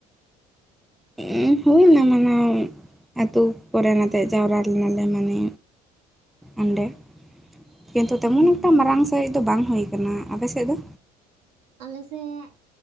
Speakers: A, in the centre; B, on the right.
A: <unintelligible> ᱦᱳᱭ ᱱᱟ ᱢᱟᱱᱟᱣ ᱟᱛᱩ ᱠᱚᱨᱮᱱ ᱟᱛᱮᱫ ᱡᱟᱣᱨᱟ ᱞᱮᱱᱟ ᱞᱮ ᱢᱟᱱᱮ ᱚᱸᱰᱮ ᱠᱤᱱᱛᱩ ᱛᱮᱢᱚᱱ
B: ᱦᱩᱸ
A: ᱮᱠᱴᱟ ᱢᱟᱨᱟᱝ ᱥᱟᱸᱦᱤᱡ ᱫᱚ ᱵᱟᱝ ᱦᱩᱭ ᱟᱠᱟᱱᱟ ᱟᱯᱮ ᱥᱮᱫ ᱫᱚ?
B: ᱟᱞᱮ ᱥᱮᱫ